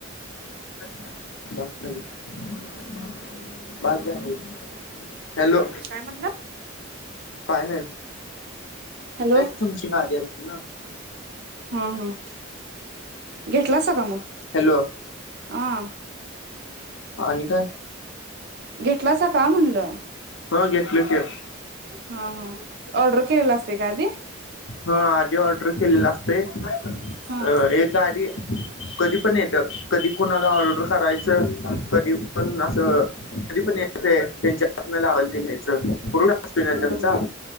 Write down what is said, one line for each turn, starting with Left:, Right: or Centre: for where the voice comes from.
Left: <unintelligible> झाली <unintelligible> झाली. हॅलो.
Right: काय म्हणला?
Left: काय नाय.
Right: हॅलो
Left: का तुमची गा <unintelligible> आलं ती ना.
Right: हम हम. घेतला सा का मग.
Left: हॅलो
Right: आ.
Left: आणि काय.
Right: घेतलासा का म्हणलं.
Left: हा घेतलो कि.
Right: हा हा ऑर्डर केलेलं असते का आधी.
Left: हा आधी ऑडर केलेलं असतेय.
Right: हा
Left: अ ऐकदा आधी. कधी पण येतात कधी कोणाला ऑर्डर करायचं कधी पण असं. कधी पण येत त्यांच्या. आपल्या <unintelligible> ते घ्यायचंय. पूर्ण असतोय ना त्यांचा.
Right: बघा